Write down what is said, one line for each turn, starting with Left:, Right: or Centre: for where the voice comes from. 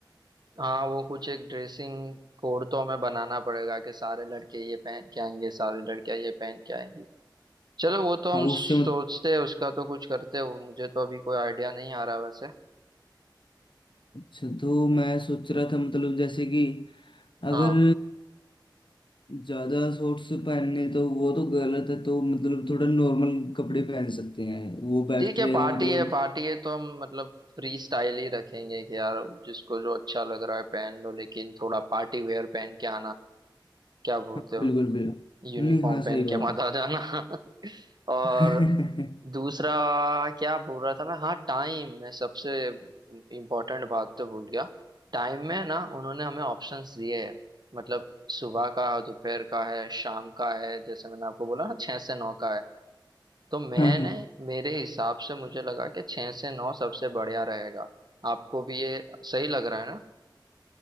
Right: हाँ वो कुछ एक ड्रेसिंग कोड तो हमें बनाना पड़ेगा कि सारे लड़के ये पहन के आएंगे सारे लड़कियां ये पहन के आएंगी चलो वो तो हम
Left: हाँ
Right: सोचते
Left: उससे
Right: हैं उसका तो कुछ करते हैं वो मुझे तो अभी कोई आइडिया नहीं आ रहा वैसे
Left: अच्छा तो मैं सोच रहा था मतलब जैसे कि
Right: हाँ
Left: अगर ज्यादा शॉर्ट्स पहनने तो वो तो गलत है तो मतलब थोड़ा नॉर्मल कपड़े पहन सकते हैं वो बेस्ट
Right: ठीक है
Left: रहेगा
Right: पार्टी
Left: मतलब
Right: है पार्टी है तो हम मतलब फ्री स्टाइल ही रखेंगे कि यार जिसको जो अच्छा लग रहा है पहन लो लेकिन थोड़ा पार्टी वेयर पहन के आना क्या बोलते
Left: हाँ,
Right: हो
Left: बिल्कुल बिल्कुल
Right: यूनिफॉर्म
Left: नहीं हाँ
Right: पहन
Left: सही बात
Right: के मत
Left: है
Right: आ जाना <laughs> और
Left: <laughs>
Right: दूसरा क्या बोल रहा था मैं हाँ टाइम मैं सबसे इम्पोर्टेंट बात तो भूल गया टाइम में ना उन्होंने हमें ऑप्शंस दिए हैं मतलब सुबह का दोपहर का है शाम का है जैसे मैंने आपको बोला ना छह से नौ का है तो मैंने
Left: हाँ हाँ
Right: मेरे हिसाब से मुझे लगा कि छह से नौ सबसे बढ़िया रहेगा आपको भी ये सही लग रहा है ना